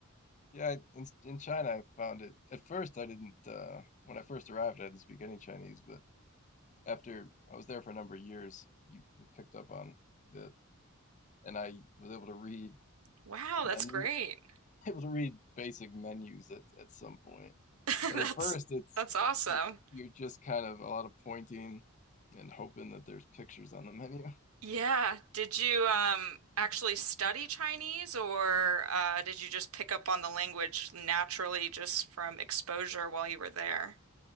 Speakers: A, on the left; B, on the right.
A: Yeah, I- in in China, I found it. At first, I didn't. Uh, when I first arrived, I didn't speak any Chinese, but after I was there for a number of years, you picked up on a bit, and I was able to read
B: Wow,
A: menu,
B: that's great.
A: <laughs> able to read basic menus at at some point.
B: <laughs>
A: But
B: That's
A: at first, it's
B: that's awesome.
A: you you're just kind of a lot of pointing and hoping that there's pictures on the menu. <laughs>
B: Yeah. Did you um actually study Chinese or uh did you just pick up on the language naturally just from exposure while you were there?